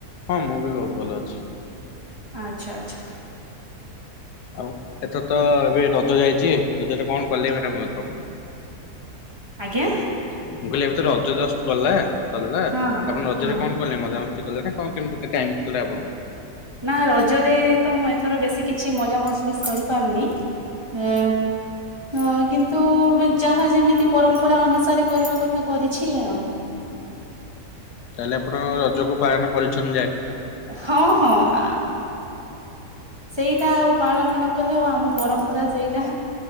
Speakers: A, on the left; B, on the right.
A: ହଁ ମୁଁ ବି ବହୁତ ଭଲ ଅଛି।
B: ଆଚ୍ଛା ଆଚ୍ଛ
A: ଆଉ ଏଥର ତ ଏବେ ରଜ ଯାଇଚି ରଜ ରେ କଣ କଲେ ମାଡାମ ଏଥର?
B: ଆଜ୍ଞା।
A: ମୁଁ କହିଲି ଏବେ ତ ରଜ ଜଷ୍ଟ ଗଲା ସରିଲା
B: ହଁ ହଁ
A: ଆପଣ ରଜରେ
B: ହଁ
A: କଣ କଲେ ମଜା ମ ସ୍ତି କଲେ ନା କଣ କେମତି ଟାଇମ କଟେଇଲେ ଆପଣଙ୍କର
B: ନା ରଜରେ ତ ମୁଁ ଏଥର ବେଶୀ କିଛି ମଜା ମଜଲିସ୍ କରିପାରରିନି। ଏ ଅଁ କିନ୍ତୁ ଯାହା ଯେମିତି ପରମ୍ପରା ଅନୁସାରେ କରିବା କଥା କ ରିଛି ଆଉ
A: ତାହେଲେ ଆପଣ ରଜକୁ ପାଳନ କରିଛନ୍ତି ଯାହା
B: ହଁ ହଁ ଆ ସେଇଟା ଆଉ ପାଳନ ନ କଲେ ହବ ଆମ ପରମ୍ପରା ସେଇଟା